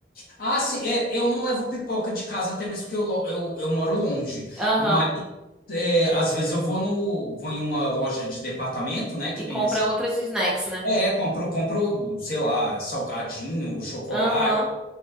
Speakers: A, on the left; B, in the centre.
A: Ah, sim, é, eu não levo pipoca de casa, até mesmo porque eu, lo- eu, eu moro longe.
B: Aham.
A: Mas é, às vezes eu vou no, vou em uma loja de departamento, né? Que
B: E
A: tem
B: compra
A: essa.
B: outros snacks, né?
A: É, é, compro, compro, sei lá, salgadinho, chocolate,
B: Aham.